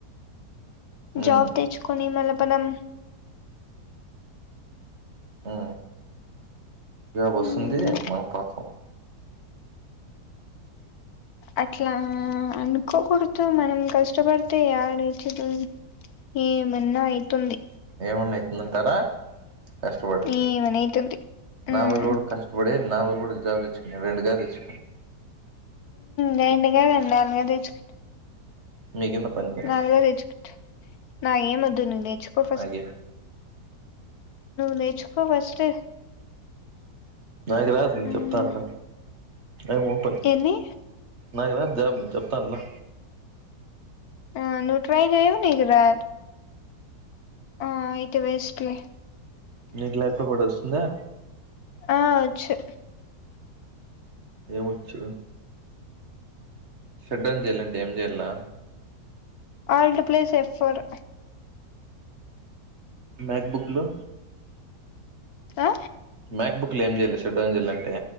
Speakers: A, on the right; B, on the left.
A: ఉమ్
B: జాబ్ తెచ్చ కొని మనం పనం
A: ఆ ఇలా వస్తుంది
B: మ్మ్
A: మనం పాతం
B: అట్లా అనుకోకూడదు మనం కష్టపడితే ఏడే చదు ఏమన్నా అవుతుంది
A: ఏమన్నాయితుంద అంటారా కష్టపడి
B: ఏమన్న అయితుంది ఉమ్
A: నావ కూడా కష్టపడి నావ కూడా జబ్ తెచ్చు రెండు కా తెచ్చ
B: రండుగా నాలుగ తెచ్చుకు
A: మీ కింద పని చేస్తా
B: నాలుగ తెచ్చుకుంట నాకేమ వద్దు నేను తెేచ్చుకో
A: అే
B: నేచుకో ఫస్ట్
A: నాకు రాదు నేను
B: ఉమ్
A: చెప్తా అన్న ఐమ్ ఓపన్
B: ఏంది
A: నాకు రాద్ జాబ్ చెప్తాన్లా
B: ఆ ను ట్రై జేయావ్ నీక్ రాద్ ఆ అయితే వేస్ట్లే
A: నీకు లేక్క పడి వస్తుందా
B: ఆ అచ్చు
A: ఏం వచ్చు షడ్డౌన్ చెయ్యాలంటే ఏం చెయ్యలా
B: ఆల్ట్ ప్లస్ ఎఫ్ ఫోర్
A: మ్యాక్బుక్లో
B: ఆ
A: మ్యాక్ బుక్లో ఏం చెయాలె షట్ డౌన్ చేయాలంటే